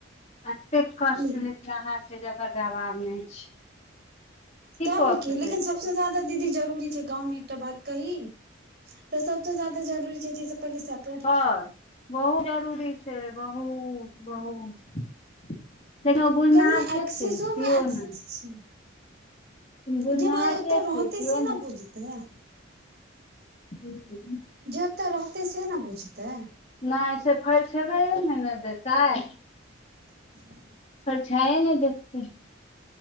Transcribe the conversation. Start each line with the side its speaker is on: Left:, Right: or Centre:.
Left: एतेक कष्ट
Right: ई
Left: लिखलाहा छै जेकर जवाब नहि छै
Right: तब
Left: कऽ सकै
Right: की लेकिन सबसे
Left: छी
Right: ज्यादा दीदी जरूरी छै गाँवमे एकटा बात कही तऽ सबसँ ज्यादा जरूरी छै चीज से पहिले सब
Left: घर बहुत जरूरी छै बहुत बहुत लेकिन ओ बुझनिहार
Right: कनी एक्सेसोमे
Left: के छै केओ
Right: एक्सेस
Left: नहि
Right: छै
Left: बुझनिहार
Right: जे बा एतऽ
Left: के छै
Right: रहतेै
Left: केओ
Right: से न बुझतै
Left: <unintelligible>
Right: जे ओतय रहतै से ने बुझतै
Left: नय से फरिछेबैये ने नय देतै
Right: <inaudible>
Left: फरिछयै नय देत तखन